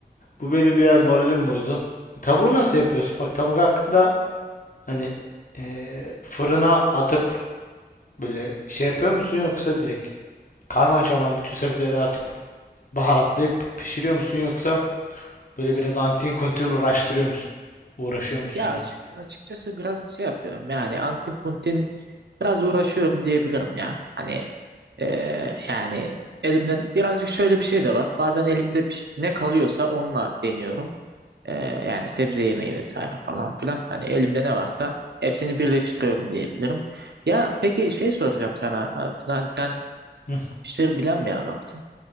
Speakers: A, on the left (about 50°); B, on the right (about 80°).
A: Bu benim biraz moralim bozdu. Tavuğu nasıl yapıyorsun? Bak tavuk hakkında hani eee, fırına atıp böyle şey yapıyor musun yoksa direkt Karman çorman bütün sebzeleri atıp baharatlayıp pişiriyor musun yoksa böyle biraz antin kuntin uğraştırıyor musun? Uğraşıyor musun
B: ya
A: yani?
B: açık, açıkçası biraz şey yapıyorum yani Antin Kuntin biraz uğraşıyorum diyebilirim ya. Hani e, yani elimden birazcık şöyle bir şey de var. Bazen elimde bir- ne kalıyorsa onunla deniyorum. Ee, yani sebze yemeği vesaire falan filan. Hani elimde ne varsa hepsini birleştiriyorum diyebilirim. Ya peki şey soracağım sana aslında hani sen
A: Hı
B: işleri bilen bir adamsın.